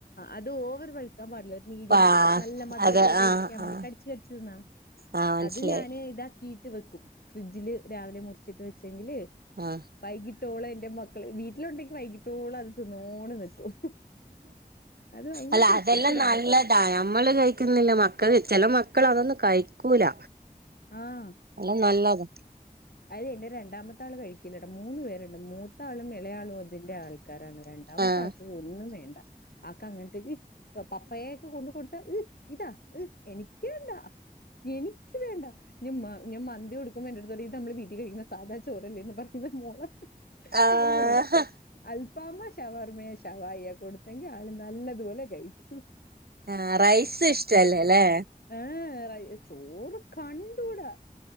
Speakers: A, on the left; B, on the right.
A: അത് ഓവർ പ- കഴിക്കാൻ പാടില്ല ഒരു മീഡിയം
B: പാ
A: നല്ല മധുരത്തിൽ
B: അത്
A: കഴിക്കാൻ
B: ആഹ്
A: വേണ്ടി
B: ആഹ്
A: കടിച്ചു കടിച്ചു തിന്ന
B: ആഹ് മനസ്സിലായി
A: അത് ഞാന് ഇതാക്കിട്ട് വെക്കും ഫ്രിഡ്ജില് രാവിലെ മുറിച്ചിട്ട് വെച്ചെങ്കില്
B: ആഹ്
A: വൈകിട്ടോളോ എന്റെ മക്കള് വീട്ടിലുണ്ടെങ്കി വൈകിട്ടോളോ അത് ത്തിനോട്ട് നിക്കും അത് ഭയങ്കര
B: അല്ല അതെല്ലാം
A: ഇഷ്ട പക്ഷെ ര
B: നല്ല നമ്മള് കഴിക്കുന്നില്ല മക്കൾ ചെല മക്കൾ അതൊന്നും കഴിക്കൂല
A: ആഹ്
B: അല്ല നല്ലത്
A: അത് എന്റെ രണ്ടാമത്തെ ആൾ കഴിക്കില്ലടാ മൂന്നു പേരുണ്ട് മൂത്താളും ഇളയാളും അതിന്റെ ആൾക്കാരാണ് രണ്ടാമത്തെ
B: ആഹ്
A: ആക്ക് ഒന്നും വേണ്ട ആക്ക് അങ്ങനത്തേക്ക് പപ്പയെൊക്കെ കൊണ്ട് കൊടു ഏഹ് ഇതാ ഏഹ് എനിക്ക് വേണ്ടാ എനി വേണ്ട മന്തി കൊടുക്കുമ്പോഎന്റെ അടുത്ത പറയും നമ്മള് വീട്ടിൽ കഴിക്കുന്ന സാധാ ചോറല്ലേന്ന് പറയുന്ന മോള
B: ആഹ്
A: അത്പോലെ അൽഫാമ് ശഷവർമ്മയ ശവായിയ കൊടുത്തെങ്കി ആള് നല്ലതുപോലെ കഴിക്കും
B: ആ റൈസ് ഇഷ്ടല്ലേ അല്ലേ
A: ഏഹ് ചോറ് കണ്ടൂടാ